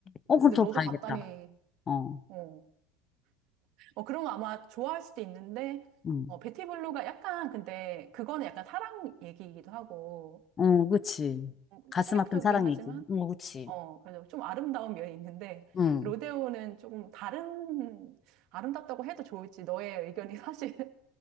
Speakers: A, on the left; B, on the right.
A: 어, 그럼
B: 근데
A: 더
B: 너도
A: 봐야겠다.
B: 봤다니.
A: 어,
B: 어. 어, 그런 거 아마 좋아할 수도 있는데,
A: 응.
B: 어, 베티블루가 약간, 근데 그거는 약간 사랑 얘기이기도 하고,
A: 어, 그치. 가슴
B: 조금 충격적이긴
A: 아픈 사랑
B: 하지만,
A: 얘기. 어, 그치.
B: 어, 그래서 좀 아름다운 면이 있는데,
A: 응.
B: 로데오는 조금 다른, 아름답다고 해도 좋을지 너의 의견이 <laughs> 사실